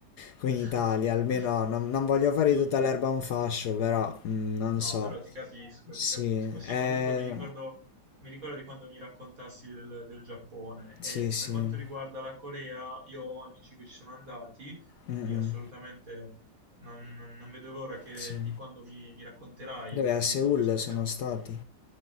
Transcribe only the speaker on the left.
qui
in Italia, almeno non, non voglio fare
di tutta l'erba un fascio, però mm, non
so.
Sì,
eh,
sì, sì,
Mm, mm,
sì.
Dove a
Seoul
sono
stati?